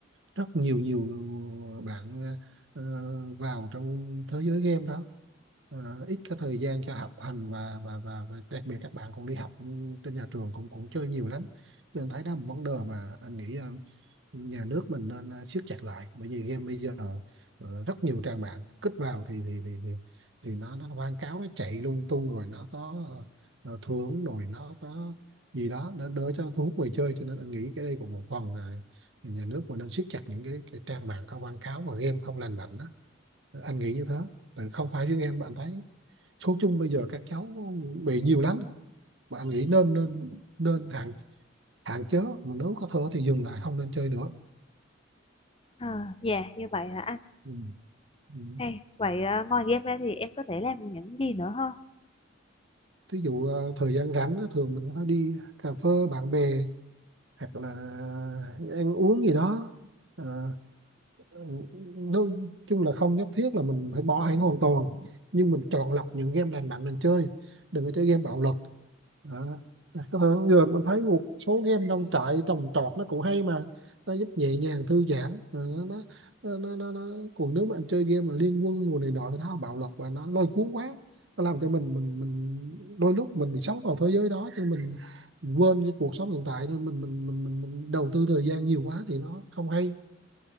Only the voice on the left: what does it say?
à dạ như vậy hả anh
hay vậy à, ngoài game ra thì em có thể làm những gì nữa không